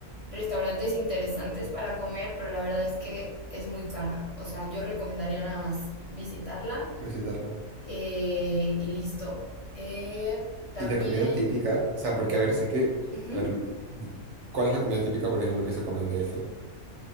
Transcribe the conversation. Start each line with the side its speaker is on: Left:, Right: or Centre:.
Left: restaurantes interesantes para comer, pero la verdad es que es muy cara. O sea, yo recomendaría nada más visitarla
Right: visitarla.
Left: eh, y listo. Eh, también...
Right: Y de comida típica, o sea, porque a ver, sé que...
Left: ujú.
Right: A ver, ¿cuál es la comida típica, por ejemplo, que se come en DF?